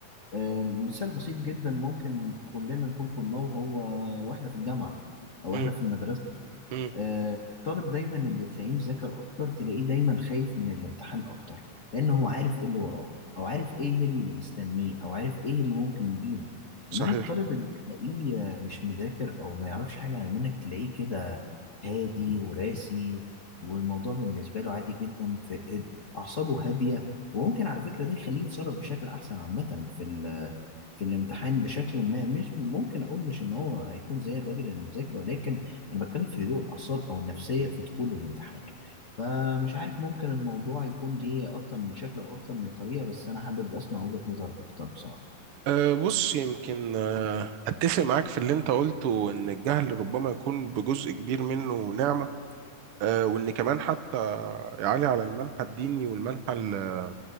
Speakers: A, on the left (about 60°); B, on the right (about 85°).
A: آه، مثال بسيط جدا ممكن كلنا نكون خدناه وهو وإحنا في الجامعة أو
B: مهم.
A: إحنا في المدرسة
B: مهم.
A: آه، الطالب دايما اللي تلاقيه مذاكر اكتر تلاقيه دايما خايف من الامتحان اكتر لان هو عارف ايه اللي وراه او عارف ايه اللي مستنيه او عارف ايه اللي ممكن يجيله
B: صحيح
A: انما الطالب اللي تلاقيه آه، مش مذاكر او ما يعرفش حاجه عن المنهج تلاقيه كده هادي وراسي والموضوع بالنسبه له عادي جدا في هد- اعصابه هاديه وممكن على فكره ده يخليه يتصرف بشكل احسن عامه في ال- في الامتحان بشكل ما مش ممكن اقول مش ان هو هيكون زي الراجل اللي مذاكر ولكن انا بتكلم في هدوء الاعصاب او النفسيه في دخول الامتحان فمش عارف ممكن الموضوع يكون ليه اكتر من شكل او اكتر من طريقه بس انا حابب اسمع وجهه نظرك اكتر بصراحه
B: أه بص يمكن أه أتفق معاك في اللي أنت قلته إن الجهل ربما يكون بجزء كبير منه نعمة أه وإن كمان حتى يعلي على المنحى الديني والمنحى ال-